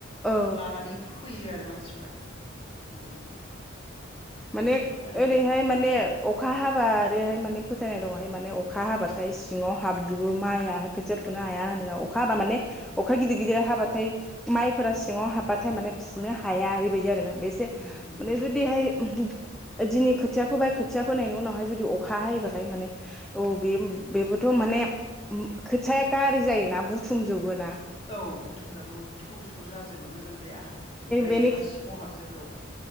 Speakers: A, in the centre; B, on the left (about 30°).
A: औ
B: लानानै फोयो आरो मानसि औ
A: माने
B: फोनायनि
A: ओरैहाय माने
B: औ
A: अखा हाबा आरोहाय माने फोथायनाय दंहाय माने अखा हाबाथाय सिङाव हाबजोबो माइआाय खोथिया फुनो हाया होनोना अखा हाबा माने अखा गिदिर गिदिर हाबाथाय माइफोरा सिङाव हाबबाथाय माने फुनो हाया बेबायदि आरो ना बेसे
B: उम उम
A: माने जुदिहाय दिनै खोथिया फोबाय खोथिया फोनायनि उनावहाय जुदि अखा हायोबालाय माने औ बे बेबोथ' माने खोथियाया गारि जायोना बुथुमजोबोना
B: औ बुथुमजाबो थुबुर थुबुर जाजोबो मोजां जाया ओमफ्राय
A: बेनि
B: हा सिङाव हाबजबो